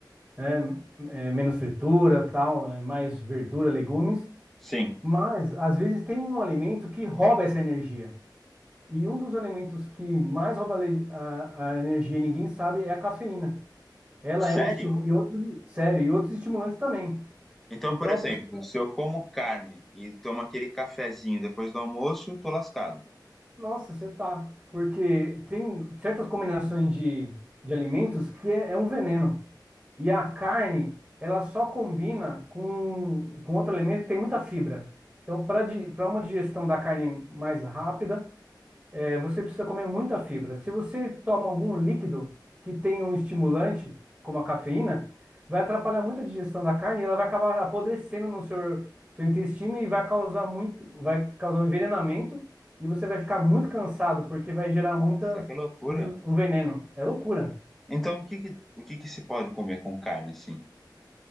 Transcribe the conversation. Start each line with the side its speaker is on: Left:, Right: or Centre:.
Right: né? É, menos fritura, tal, é, mais verdura, legumes,
Centre: sim.
Right: mas às vezes tem um alimento que rouba essa energia. E um dos alimentos que mais rouba a, le- a a energia, e ninguém sabe, é a cafeína. Ela
Centre: Sério?
Right: é um estímulo e outros, sério, e outros estimulantes também.
Centre: Então,
Right: Então
Centre: por exemplo,
Right: a pessoa
Centre: se eu como carne e tomo aquele cafezinho depois do almoço, eu tô lascado.
Right: Nossa, você tá. Porque tem certas combinações de, de alimentos que é, é um veneno. E a carne, ela só combina com, com outro alimento que tem muita fibra. Então, para
Centre: Hum,
Right: para uma digestão da carne mais rápida, é, você precisa comer muita fibra. Se você toma algum líquido que tem um estimulante, como a cafeína, vai atrapalhar muito a digestão da carne e ela vai acabar apodrecendo no seu, seu intestino e vai causar muito, vai causar um envenenamento e você vai ficar muito cansado porque vai gerar
Centre: Nossa,
Right: muitas,
Centre: que loucura.
Right: muitos, um veneno. É loucura.
Centre: Então, o que que, o que que se pode comer com carne, assim?